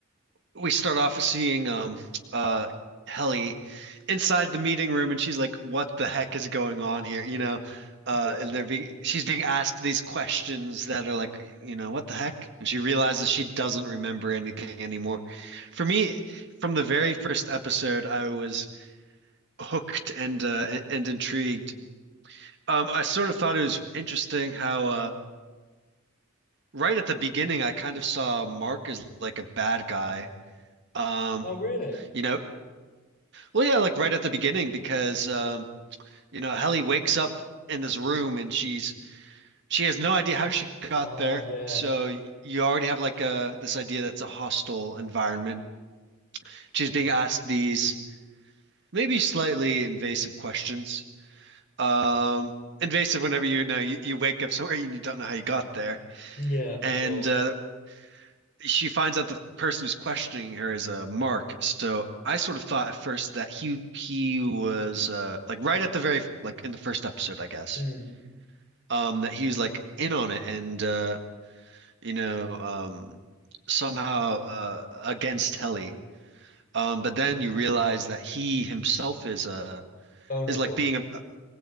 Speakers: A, on the right (about 55°); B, on the left (about 40°).
A: we start off seeing um uh Helly inside the meeting room and she's like, what the heck is going on here? You know, uh
B: Yeah.
A: and they're being she's being asked these questions that are like, you know, what the heck? And she realizes she doesn't remember anything anymore. For me, from the very first episode, I was hooked and uh and intrigued. Um, I sort of thought it was interesting how uh right at the beginning I kind of saw Mark as like a bad guy. Um,
B: Oh, really?
A: you know, Well, yeah, like right at the beginning because um, you know, Helly wakes up in this room and she's she has no idea how she got
B: Oh,
A: there.
B: yeah.
A: So y- you already have like a this idea that's a hostile environment. She's being asked these maybe slightly invasive questions. Um, invasive whenever you know you, you wake up somewhere and you don't know how you got there.
B: Yeah, for
A: And
B: sure.
A: uh, she finds out the person who's questioning her is a uh, Mark. So I sort of thought at first that he he was uh like right at the very like in the first episode, I guess.
B: Mm,
A: Um that he was like in on it and uh you know um somehow uh against Helly. Um but then
B: yeah.
A: you realize that he himself is uh
B: Vulnerable.
A: is like being a